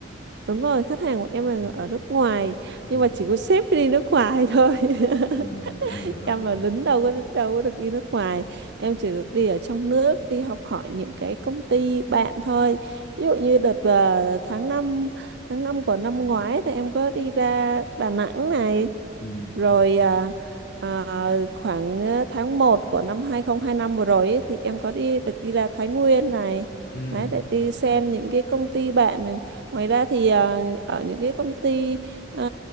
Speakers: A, on the right (about 55°); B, on the left (about 45°).
A: đúng rồi, khách hàng của em là
B: Ừ.
A: ở nước ngoài nhưng
B: Ừ.
A: mà chỉ có sếp phải đi nước ngoài thôi <laughs>
B: Ừ. Anh hiểu
A: em
B: anh hiểu.
A: là lính đâu có đâu có được đi nước ngoài em chỉ được đi ở trong nước đi học hỏi những cái công ty bạn thôi ví dụ như đợt vào tháng 5 tháng 5 của năm ngoái thì em có đi ra Đà Nẵng này
B: Ừ.
A: rồi à, à, khoảng à, tháng một của năm 2025 vừa rồi ấy, thì em có đi được đi ra Thái Nguyên này
B: Ừ.
A: đấy để đi xem những cái công ty bạn này. Ngoài ra thì à, ở những cái công ty à,